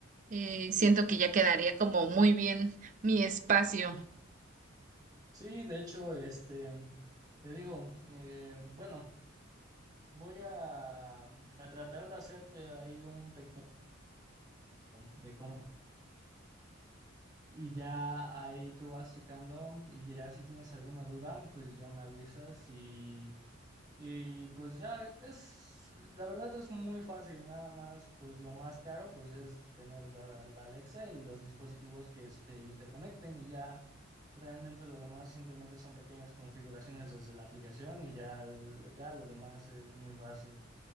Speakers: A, on the right (about 40°); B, on the right (about 20°).
A: eh, siento que ya quedaría como muy bien mi espacio.
B: Sí, de hecho, este, te digo, eh, bueno, voy a, a tratar de hacerte ahí un pequeño de cómo Y ya ahí tú vas secando y ya si tienes alguna duda, pues ya me avisas y, y pues ya es, la verdad es muy fácil, nada más, pues lo más caro pues es tener la, la Alexa y los dispositivos que se interconecten y ya realmente lo demás simplemente son pequeñas configuraciones desde la aplicación y ya, ya lo demás es muy fácil.